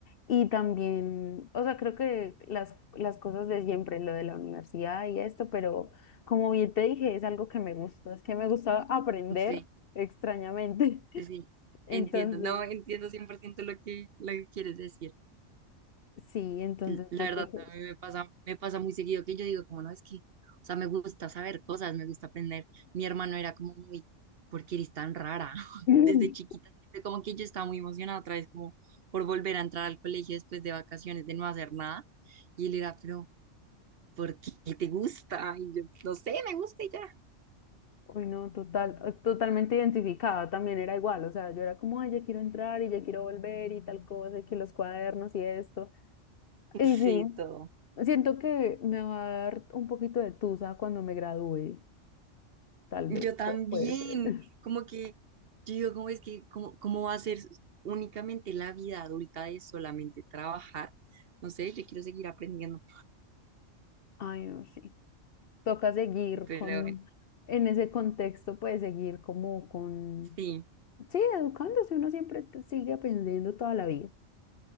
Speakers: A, on the left; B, on the right.
A: Y también, o sea, creo que las, las cosas de siempre, lo de la universidad y esto, pero como bien te dije, es algo que me gusta, es que me gusta aprender
B: sí,
A: extrañamente. <laughs>
B: sí, sí.
A: Entonces,
B: Entiendo, no, entiendo cien por ciento lo que, lo que quieres decir.
A: sí, entonces
B: L- La
A: yo
B: verdad,
A: creo que...
B: a
A: es-
B: mí me pasa, me pasa muy seguido que yo digo, como no, es que, o sea, me gusta saber cosas, me gusta aprender. Mi hermano era como muy, ¿por qué eres tan rara? <laughs>
A: <clears throat>
B: Desde chiquita, siempre como que yo estaba muy emocionada otra vez, como por volver a entrar al colegio después de vacaciones, de no hacer nada. Y él era, pero porque te gusta, y yo, no sé, me gusta y ya.
A: Uy, no, total, eh, totalmente identificada, también era igual, o sea, yo era como, ay, ya quiero entrar y ya quiero volver y tal cosa, y que los cuadernos y esto. Y
B: Sí,
A: sí,
B: todo.
A: siento que me va a dar un poquito de tusa cuando me gradúe, tal
B: Yo
A: vez,
B: también,
A: pu- puede ser. <laughs>
B: como que, yo digo, ¿cómo es que, cómo, cómo va a ser únicamente la vida adulta de solamente trabajar? No sé, yo quiero seguir aprendiendo,
A: Ay, no, sí. Toca seguir
B: pero
A: con,
B: bueno,
A: en ese contexto, pues seguir como con,
B: sí,
A: sí, educándose, uno siempre te- sigue aprendiendo toda la vida.